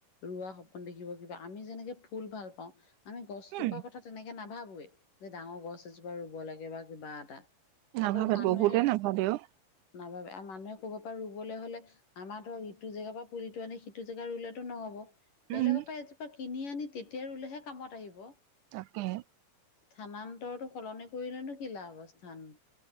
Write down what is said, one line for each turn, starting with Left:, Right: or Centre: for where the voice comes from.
Left: ৰোৱা সপোন দেখিব কি বা আমি যেনেকে ফুল ভাল পাও। আমি গছজোপাৰ
Right: উম
Left: কথা তেনেকে নাভাৱোয়েই। যে ডাঙৰ গছ এজোপা ৰোব লাগে বা কিবা এটা।
Right: নাভাবে
Left: আকৌ মানুহে
Right: বহুতে নাভাবে অ
Left: নাভাবে মানুহে ক'ৰবা পৰা ৰুবলে হলে - আমাৰ ধৰ ইটো জেগাৰ পৰা পুলিটো আনি আনি সিটো জেগাত ৰুলেতো নহব। বেলেগৰ
Right: উম
Left: পৰা এজোপা কিনি আনি তেতিয়া ৰুলেহে কামত আহিব।
Right: তাকে হে!
Left: স্থানান্তৰতো সলনি কৰিলেনো কি লাভ স্থান।